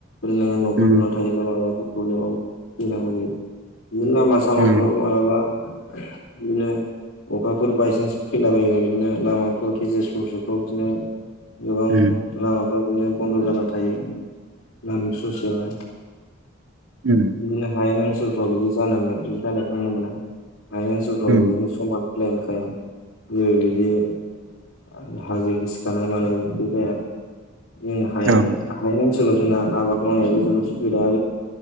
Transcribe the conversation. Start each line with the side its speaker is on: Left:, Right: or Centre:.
Left: नोङो न'फोर
Right: उम
Left: लुना थायो। मालाबाफोर प्रब्लेमाव फैनांगौ जायो बिदिनो लामा सामाफ्राव
Right: उम
Left: मालाबा, बिनो अखाफोर बायसान्स फैला बायोबा बिदिनो लामाफ्राव गेजेर ससेफ्राव बिदिनो, गोबां
Right: उम
Left: लामाफ्रा बिदिनो बन्द' जाना थायो लामा ससेयावहाय,
Right: उम
Left: बिदिनो हायेन ओनसोलफ्राव बिदि जानो बिदि जानायखौ नुनो मोना, हायेन ओनसोलफ्राव
Right: उम
Left: बिदिनो समान ल्पेनखाय जेबो बिदि हाजो गिसिखानाय मानाय बेफोर जाया जों हायेन
Right: औ
Left: हायेन ओनसोलाव जोंना आबाद मावनायाबो जोबोद सुबिदा